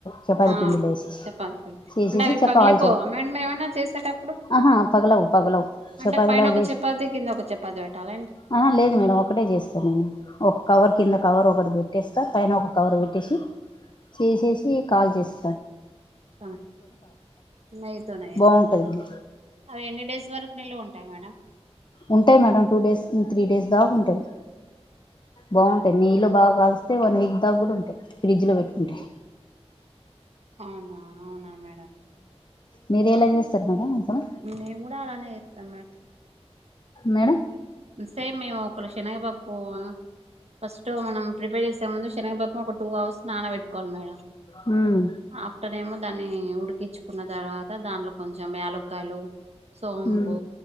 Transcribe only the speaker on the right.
ఆ
చపాతి పిండి
అంటే అవి
పగిలిపోవా
మేడం ఏమైనా చేసేటప్పుడు
అంటే
పైన ఒక
చపాతి కింద ఒక చపాతి పెట్టాలా ఏంటి
అ నెయ్యితోనే
అవి ఎన్ని డేస్ వరకు నిలవ ఉంటాయి మేడం
అవునా అవునా మేడం
మేమ్ కూడా అలానే ఏస్తాం మేడం
సేమ మేమ్ ఒక్కల శనగపప్పు ఆ ఫస్ట్ మనం ప్రిపేర్ చేసే ముందు శనగపప్పు ఒక టూ అవర్స్ నాన పెట్టుకోవాలి మేడం
ఆఫ్టర్ ఏమో దాన్ని ఉడికించుకున్న తర్వాత దాంట్లో కొంచెం యలుక్కయలు సోంపు